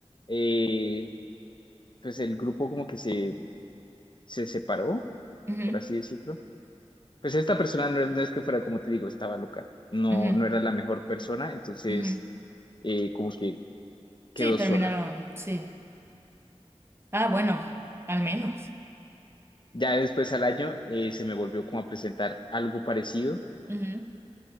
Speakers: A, on the left (about 45°); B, on the right (about 20°).
A: Eh, pues el grupo como que se, se separó,
B: ujú,
A: por así decirlo. Pues esta persona no no es que fuera, como te digo, estaba loca, no,
B: ujú,
A: no era la mejor persona, entonces
B: ujú.
A: eh, como que quedó
B: Sí, terminaron,
A: sola.
B: sí. Ah, bueno, al menos.
A: Ya después al año eh, se me volvió como a presentar algo parecido,
B: Ujú.